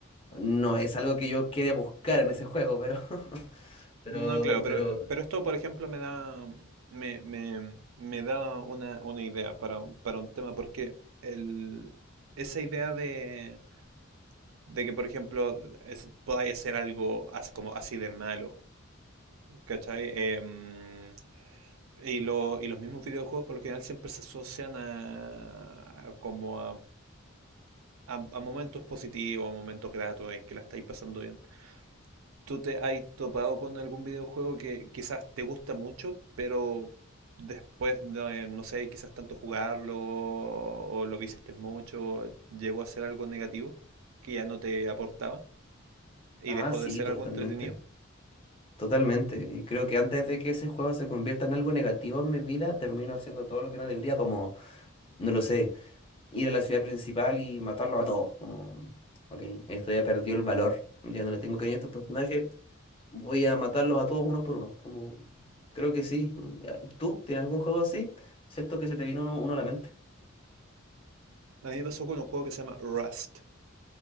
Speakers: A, on the left; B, on the right.
A: No es algo que yo quiera buscar en ese juego, pero, <laughs> pero,
B: No, claro, pero,
A: pero,
B: pero esto, por ejemplo, me da, me, me- me da una, una idea para, un- para un tema, porque el, esa idea de, de que, por ejemplo, es- podáis hacer algo as- como así de malo, ¿cachai? Em, y, lo- y los mismos videojuegos por lo general siempre se asocian a, a como a, a- a momentos positivos, a momentos gratos en que la estáis pasando bien. ¿Tú te has topado con algún videojuego que quizás te gusta mucho, pero después de, no sé, quizás tanto jugarlo o lo viciaste mucho, llegó a ser algo negativo que ya no te aportaba y
A: ah,
B: dejó
A: sí,
B: de ser
A: totalmente,
B: algo entretenido?
A: totalmente. Y creo que antes de que ese juego se convierta en algo negativo en mi vida, termino haciendo todo lo que no debería, como, no lo sé. ir a la ciudad principal y matarlo a todos. Como, ok, esto ya perdió el valor. Ya no le tengo cariño a estos personajes. Voy a matarlos a todos uno por uno. Como, creo que sí. Ya, ¿Tú tienes algún juego así? Siento que se te vino uno, uno a la mente.
B: A mí me pasó con un juego que se llama Rust,